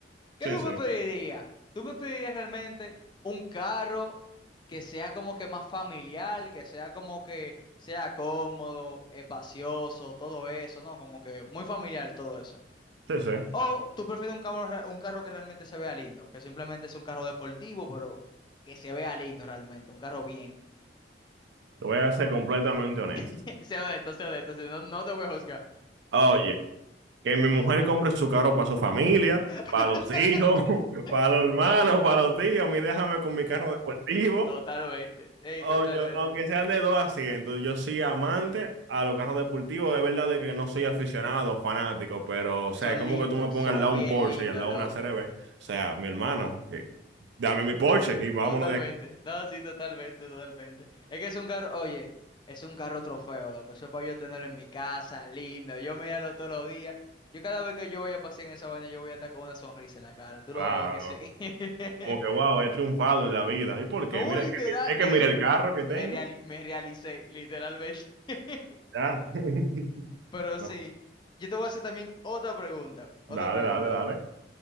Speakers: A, on the left (about 25°); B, on the right (about 80°).
A: ¿Qué
B: Sí,
A: tú
B: sí.
A: preferirías? ¿Tú preferirías realmente un carro que sea como que más familiar, que sea como que sea cómodo, espacioso, todo eso, ¿no? Como que muy familiar todo eso.
B: Sí, sí. Te
A: O tú prefieres un carro, re- un carro que realmente se vea lindo, que simplemente es un carro deportivo, pero que se vea lindo realmente, un carro bien.
B: voy a ser completamente honesto.
A: <laughs> Sea honesto, sea honesto, si no, no te voy a juzgar.
B: Oye, que mi mujer compre su carro para su familia,
A: <laughs>
B: para los hijos, <laughs> para los hermanos, para los tíos. A mí déjame con mi carro deportivo.
A: Totalmente, ey,
B: O
A: totalmente.
B: yo- aunque sean de dos asientos, yo soy amante a los carros deportivos. Es verdad de que no soy aficionado, fanático, pero, o sea,
A: Son
B: es como
A: lindos,
B: que tú me pongas
A: son
B: al lado
A: bien
B: un Porsche
A: lindos,
B: y al lado
A: loco.
B: una CRB. O sea, mi hermano, eh, dame mi Porsche y vámonos
A: Totalmente.
B: de aquí.
A: No, sí, totalmente, totalmente. Es que es un carro, oye, es un carro trofeo, loco. Eso es para yo tenerlo en mi casa, lindo. Yo mirarlo todos los días. Yo cada vez que yo vaya a pasear en esa vaina, yo voy a estar con una sonrisa en la cara. Tú
B: Claro,
A: lo vas a ver que
B: loco.
A: sí. <laughs>
B: Como que, wow, he triunfado en la vida. ¿Y por qué?
A: No,
B: Mira,
A: literal.
B: es que- mira es que
A: Ey,
B: mira el carro que tengo.
A: me reali- me realicé, literalmente. <laughs>
B: Ya. <laughs>
A: Pero sí.
B: No,
A: Yo te voy a hacer también otra pregunta. Otra
B: dale,
A: pregunta.
B: dale, dale.